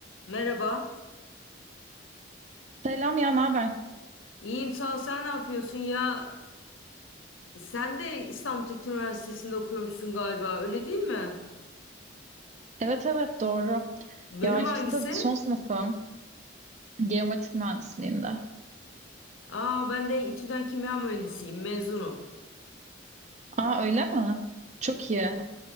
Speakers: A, on the left; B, on the right.
A: Merhaba.
B: Selam ya, ne haber?
A: İyiyim sağ ol. Sen ne yapıyorsun ya? Sen de İstanbul Teknik Üniversitesi'nde okuyormuşsun galiba. Öyle değil mi?
B: Evet evet doğru.
A: Bölüm
B: Ya işte
A: hangisi?
B: son sınıfım geometrik mühendisliğinde.
A: Aa ben de İTÜ'den kimya mühendisiyim. Mezunum.
B: Aa öyle mi? Çok iyi.